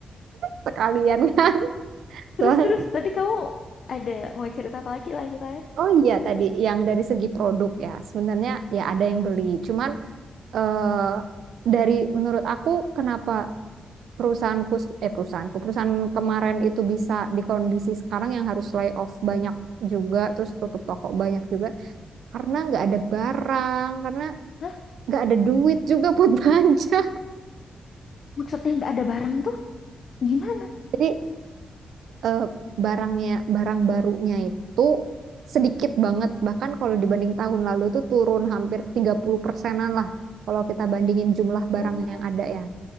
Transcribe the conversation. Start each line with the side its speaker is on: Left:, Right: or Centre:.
Right: Sekalian. <laughs>
Left: Terus
Right: Soalnya-
Left: terus tadi kamu ada mau cerita apa lagi lanjutannya?
Right: Oh iya tadi yang dari segi produk ya. Sebenarnya ya ada yang beli. Cuman eh, dari menurut aku kenapa perusahaanku eh perusahaanku perusahaan kemarin itu bisa di kondisi sekarang yang harus layoff banyak juga terus tutup toko banyak juga karena nggak ada barang karena
Left: Hah?
Right: nggak ada duit juga buat <laughs> belanja.
Left: Maksudnya nggak ada barang tuh? Gimana?
Right: Jadi eh, barangnya barang barunya itu sedikit banget bahkan kalau dibanding tahun lalu itu turun hampir 30 persenan lah kalau kita bandingin jumlah barang
Left: Oh.
Right: yang ada ya.